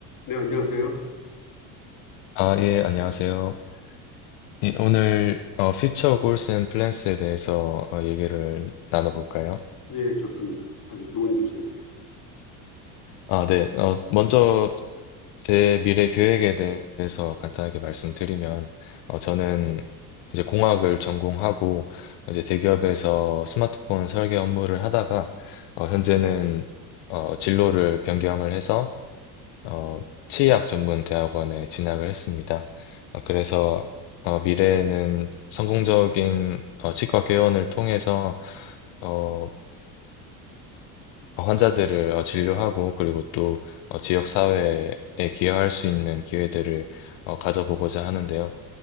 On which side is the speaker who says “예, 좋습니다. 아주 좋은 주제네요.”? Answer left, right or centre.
Left